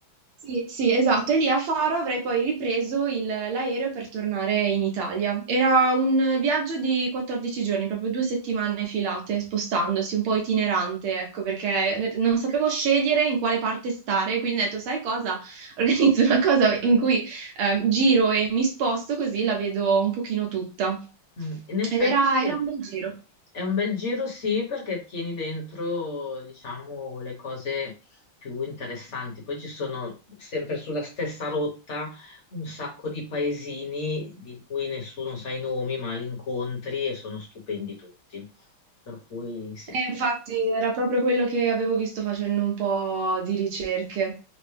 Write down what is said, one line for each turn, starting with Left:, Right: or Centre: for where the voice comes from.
Right: Sì, sì, esatto. E lì a Faro avrei poi ripreso il- l'aereo per tornare in Italia. Era un viaggio di 14 giorni, proprio due settimane filate, spostandosi, un po' itinerante, ecco, perché ne- non sapevo scegliere in quale parte stare, quindi ho detto, sai cosa? <laughs> Organizzo una cosa in cui ehm, giro e mi sposto così la vedo un pochino tutta.
Left: Mm. In effetti.
Right: Ed era era un bel giro.
Left: È un bel giro, sì, perché tieni dentro, diciamo, le cose più interessanti. Poi ci sono sempre sulla stessa rotta un sacco di paesini di cui nessuno sa i nomi, ma li incontri e sono stupendi tutti. Per cui sì.
Right: E infatti era proprio quello che avevo visto facendo un po' di ricerche.